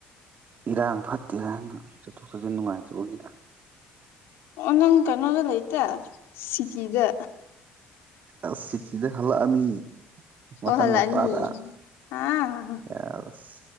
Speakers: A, on the right (about 45°); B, on the left (about 75°).
A: ꯏꯔꯥꯡ ꯐꯠꯇꯦ ꯍꯥꯏꯅ ꯆꯠꯊꯣꯛ ꯆꯁꯤꯟ ꯅꯨꯡꯉꯥꯏꯇꯕꯒꯤꯅ
B: ꯑꯣ ꯅꯪ ꯀꯩꯅꯣꯗ ꯂꯩꯇꯦ ꯁꯤꯇꯤꯗ
A: ꯑ ꯁꯤꯊꯤꯗ ꯍꯜꯂꯛꯑꯅꯤ ꯃꯊꯪ
B: ꯑꯣ ꯍꯜꯂꯛꯑꯅꯤ
A: ꯍꯞꯇꯥꯗ
B: ꯑꯥ
A: ꯌꯦꯁ